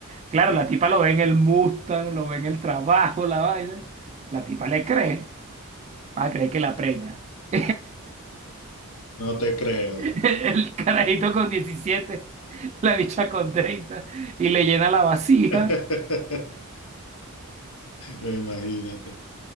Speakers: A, on the right (about 30°); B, on the left (about 65°).
A: Claro, la tipa lo ve en el Mustang, lo ve en el trabajo, la vaina. La tipa le cree, va a creer que la preña. <laughs>
B: No te creo.
A: El carajito con diecisiete la bicha con 30 y le llena la vacía.
B: <laughs> Imagínate.